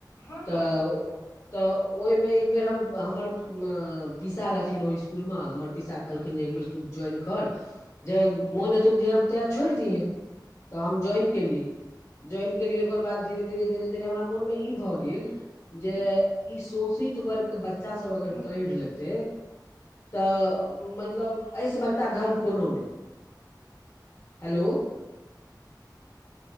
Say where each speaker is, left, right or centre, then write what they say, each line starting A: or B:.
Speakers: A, on the left; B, on the left.
A: हँ हँ हँ
B: तऽ,
A: हँ हँ हँ हँ हँ हँ
B: तऽ ओई मे एकबेर हम हमर पिसा रहथिन ओई इस्कुल म हमर पिसा कहलखिन जे एकबेर तू ज्वाइन कर जहिया मोन हेतौ दहिया तहिया छोड़ि दिहै तऽ हम ज्वाइन केलियै। ज्वइन केलियै ओकर बाद धीरे -धीरे - धीरे - धीरे हमरा मोन मे ई भऽ गेल। जे
A: हँ
B: ई शोषित वर्गक बच्चा सब अगर
A: हँ
B: पढ़ि लेत तऽ मतलब एहिऐसँ बड़का धर्म कोनो नई। हेलो